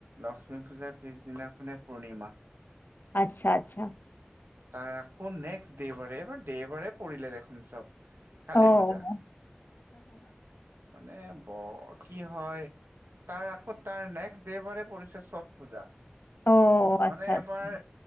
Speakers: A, on the right (about 70°); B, on the left (about 55°).
A: লক্ষ্মী পূজাৰ পিছদিনাখনেই পূৰ্ণিমা।
B: আচ্ছা আচ্ছা।
A: তাৰ আকৌ নেক্সট দেওবাৰে এইবাৰ দেওবাৰে পৰিলে দেখোন চব।
B: অহ।
A: কালী পূজা মানে বৰ কি হয় তাৰ আখত তাৰ নেক্সট দেবাৰে পৰিছে ছট পূজা।
B: অ', আচ্ছা,
A: মানে এবাৰ
B: আচ্ছা।